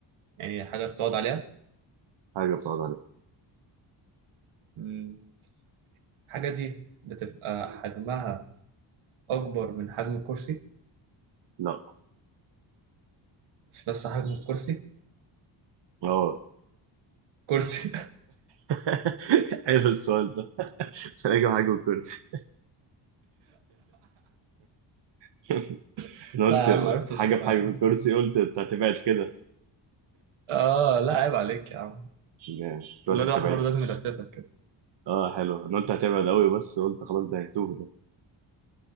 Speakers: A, on the right (about 85°); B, on the right (about 60°).
A: يعني حاجة بتقعد عليها
B: حاجة بتقعد عليها
A: مم. الحاجة دي بتبقى حجمها أكبر من حجم الكرسي
B: لا
A: في نفس حجم الكرسي
B: اه
A: كرسي
B: <laughs> حلو السؤال ده مش هلاقي حاجة بالكرسي <laughs>
A: <laughs>
B: انا قلت
A: لا يا عم عرفت
B: حاجة
A: بسرعة
B: في حاجة
A: يا عم.
B: بالكرسي قلت انت هتبعد كده
A: اه لا عيب عليك يا عم
B: جامد بس
A: الواد
B: انت
A: واحد
B: بعدت
A: برضه لازم يلففك كده
B: اه حلو انا قلت هتبعد قوي بس قلت خلاص ده هيتوه ده